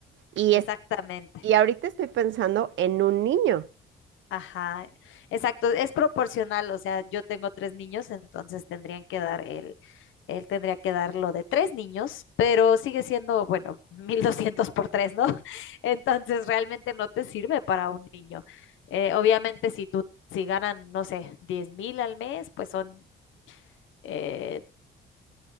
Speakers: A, on the right (about 70°); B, on the left (about 80°).
A: y,
B: exactamente.
A: es- y ahorita estoy pensando en un niño.
B: Ajá, exacto, es proporcional, o sea, yo tengo tres niños, entonces tendrían que dar el, él tendría que dar lo de tres niños, pero sigue siendo, bueno, <laughs> 1200 por tres, ¿no? <laughs> Entonces realmente no te sirve para un niño. Eh, obviamente si tú, si ganan, no sé, diez mil al mes, pues son, eh,